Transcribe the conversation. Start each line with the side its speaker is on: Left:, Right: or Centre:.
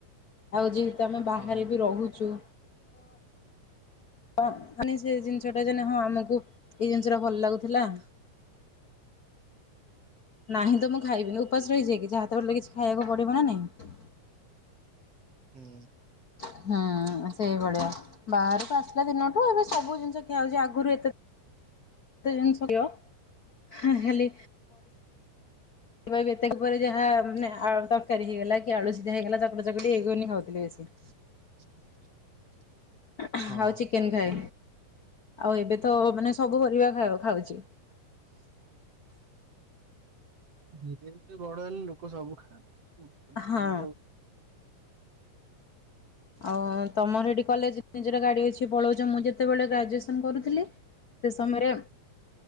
Left: ଆଉ ଯେହେତୁ ଆମେ ବାହାରେ
Right: ହଁ
Left: ବି ରହୁଚୁ। ହଁ ମାନେ ସେ ଜିନିଷ ଟା ଯେ ହଁ ଆମକୁ ଏଇ ଜିନିଷ ଟା ଭଲ ଲାଗୁଥିଲା ନାହିଁ ତ ମୁଁ ଖାଇବିନି ଉପାସ ରହିଯିଵକି ଯାହାତ ହେଲେ କିଛି ଖାଇବାକୁ ପଡ଼ିବ ନା ନାଇଁ।
Right: ହୁଁ।
Left: ହହାଁ ସେଇ ଭଳିଆ। ବାହାରକୁ ଆସିଲା ଦିନଠୁ ଏବେ ସବୁ ଜିନିଷ ଖିଆ ହଉଚି ଆଗରୁ ଏତେ ଏତେ ଜିନିଷ ଗିଅ <inaudible> ହଁ ହେଲି କିବା ଏବେ ଏତେକ ପରେ ଯାହା ମାନେ ଆଳୁ ତରକାରୀ ହେଇଗଲା କି ଆଳୁ ସିଯା ହେଇଗଲା ତାପରେ ଚକୁଡି ହେଇ ଗୁନି ଖାଉଥିଲେ ବେଶୀ। <inaudible>
Right: <inaudible>
Left: <inaudible>
Right: ହଁ।
Left: ଆଉ ଚିକେନ ଖାଏ ଆଉ ଏବେ ତ ମାନେ ସବୁ ପରିବା ଖା ଖାଉଚି।
Right: ଧୀରେ ଧୀରେ ବଡ ହେଲେ ଲୋକ ସବୁ ଖାଆ <inaudible> ହୁଁ ପରିବା
Left: ହଁ
Right: ସବୁ
Left: ଆଉ ତମର ଏଠି କଲେଜ ନିଜର ଗାଡି ଅଛି ପଳଉଚ ମୁଁ ଯେ ତେବେଳେ ଗ୍ରାଜୁଏସନ କରୁଥିଲି ସେ ସମୟରେ